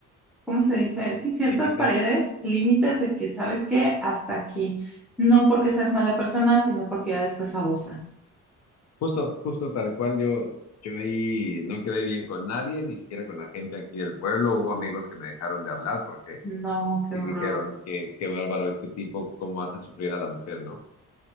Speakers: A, in the centre; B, on the left.
A: ¿cómo se dice? Sí, ciertas
B: Límites.
A: paredes, límites de que sabes que hasta aquí. No porque seas mala persona, sino porque ya después abusan.
B: Justo, justo tal cual yo. Yo ahí no quedé bien con nadie, ni siquiera con la gente aquí del pueblo. Hubo amigos que me dejaron de hablar porque
A: No,
B: sí
A: qué horror.
B: dijeron que qué bárbaro este tipo, cómo hace sufrir a la mujer, ¿no?